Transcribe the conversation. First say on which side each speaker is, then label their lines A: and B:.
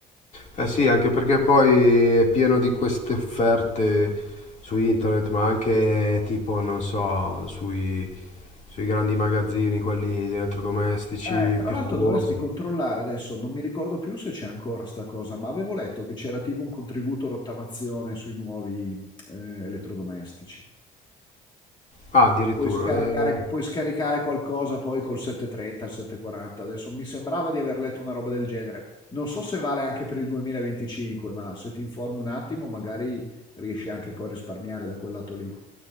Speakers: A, on the left (about 45°); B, on the left (about 25°).
A: Eh sì, anche perché poi è pieno di queste offerte su internet, ma anche tipo, non so, sui, sui grandi magazzini, quelli di elettrodomestici
B: Eh, tra
A: più
B: l'altro
A: famosi.
B: dovresti controllare adesso, non mi ricordo più se c'è ancora sta cosa, ma avevo letto che c'era tipo un contributo rottamazione sui nuovi eh, elettrodomestici.
A: Ah, addirittura.
B: Puoi scaricare
A: eh.
B: puoi scaricare qualcosa poi col 730, il 740. Adesso mi sembrava di aver letto una roba del genere. Non so se vale anche per il 2025, ma se ti informi un attimo, magari riesci anche poi a risparmiare da quel lato lì.